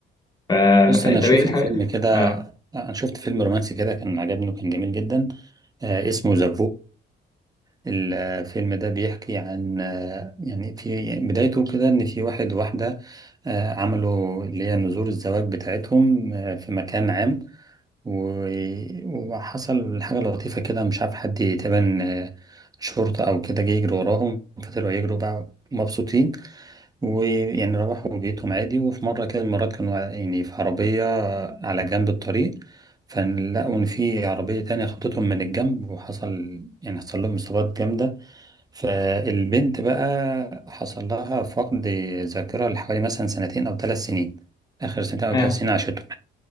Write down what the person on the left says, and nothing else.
آه،
ف- طب
إيه الح-
اه
آه،